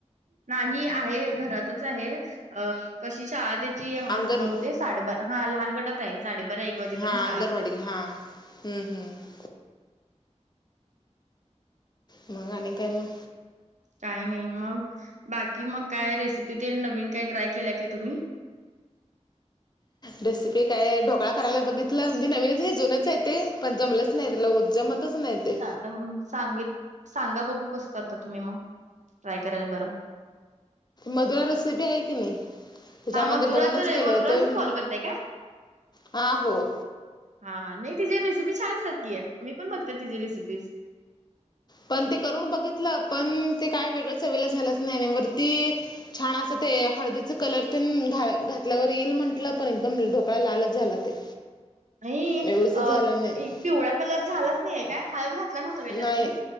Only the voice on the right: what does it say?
नाही आहे. घरातच आहे. अ कशी शाळा त्याची
नऊ तेच साडेबारा. हा लहान गटात आहे. साडेबारा एक वाजेपर्यंत
शाळा
असती फक्त.
काही नाही. मग बाकी मग काय रेसिपी तेन नवीन काय ट्राय केल्या काय तुम्ही?
अम सांगित सांगा बघू कसं करता तुम्ही मग ट्राय करायला बरं.
हा मधुराज
मधुराजला
फॉलो करताय काय?
हा हा नाही तिचे रेसिपी छान असतात की मी पण बघते तिची रेसिपीज.
नाही
अ
पिवळा कलर झालाच नाहीय. काय हळद घातला नव्हता. काय
त्यात तुम्ही